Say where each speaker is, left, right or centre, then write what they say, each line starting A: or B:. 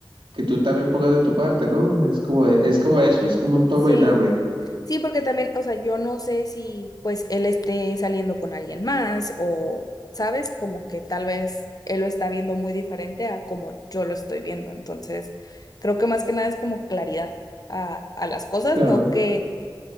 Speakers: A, on the right; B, on the left.
A: que tú también pongas de tu parte, ¿no? Es como, es como eso, es como un toma
B: Sí.
A: y dame.
B: Sí, porque también, o sea, yo no sé si pues él esté saliendo con alguien más o, ¿sabes? Como que tal vez él lo está viendo muy diferente a como yo lo estoy viendo. Entonces, creo que más que nada es como claridad a, a las cosas,
A: Claro.
B: no que